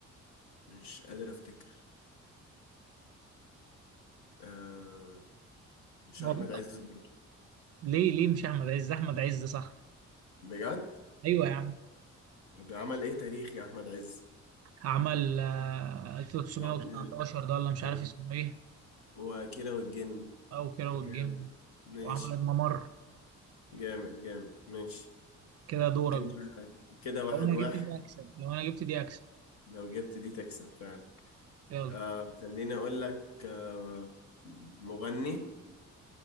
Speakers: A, on the left; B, on the right.
A: مش قادر افتكر آه مش
B: هو
A: احمد عز برضو
B: ليه ليه مش احمد عز احمد عز صح
A: بجد
B: ايوه يا عم
A: بيعمل ايه تاريخي احمد عز
B: عمل آه، 1919
A: طب يعني
B: ده ولا مش
A: هو
B: عارف اسمه ايه
A: هو كيرة والجن
B: او كده والجن
A: جامد ماشي
B: وعمل الممر
A: جامد جامد ماشي
B: كده دورك
A: كده
B: بقى
A: كده واحد
B: لو انا
A: واحد
B: جبت دي اكسب لو انا جبت دي اكسب
A: لو جبت دي تكسب فعلا
B: يلا
A: آه خليني اقول لك آه مغني